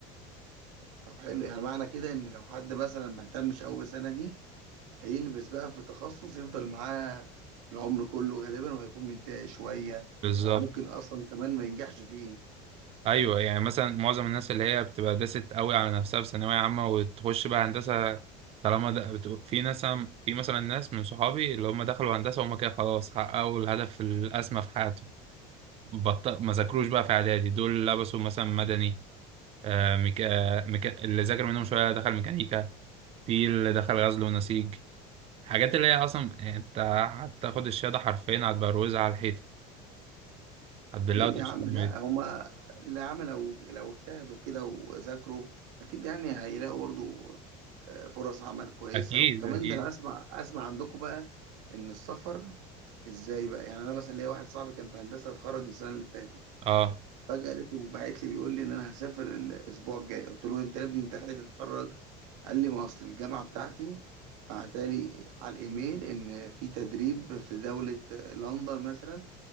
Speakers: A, on the right; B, on the right.
A: طب حلو يعني معنى كده إن لو حد مثلا ما اهتمش أوي بالسنة دي هيلبس بقى في تخصص يفضل معاه العمر كله غالبا وهيكون متضايق شوية
B: بالظبط
A: أو ممكن أصلا كمان ما ينجحش فيه
B: ايوه يعني مثلا معظم الناس اللي هي بتبقى داست قوي على نفسها في ثانويه عامه وتخش بقى هندسه طالما ده بت- في ناس في مثلا ناس من صحابي اللي هم دخلوا هندسه وهم كده خلاص حققوا الهدف الاسمى في حياتهم بط... ما ذاكروش بقى في اعدادي دول لبسوا مثلا مدني آه ميكا... ميكا... اللي ذاكر منهم شويه دخل ميكانيكا في اللي دخل غزل ونسيج الحاجات اللي هي اصلا يعني انت هتاخد الشهاده حرفيا هتبروزها على الحيطه هتبلها
A: ليه
B: وتشرب
A: يا عم
B: ميه
A: لا هما اللي عمل لو لو اجتهدوا كده وذاكروا اكيد يعني هيلاقوا برضو آه، فرص عمل كويسه
B: اكيد
A: وكمان
B: اكيد
A: ده انا اسمع اسمع عندكم بقى ان السفر ازاي بقى يعني انا مثلا ليا واحد صاحبي كان في هندسه اتخرج السنه اللي فاتت
B: اه
A: فجاه لقيته باعت لي بيقول لي ان انا هسافر الاسبوع الجاي قلت له انت يا ابني انت لحقت تتخرج قال لي ما اصل الجامعه بتاعتي بعتالي على الايميل ان في تدريب في دوله آه، لندن مثلا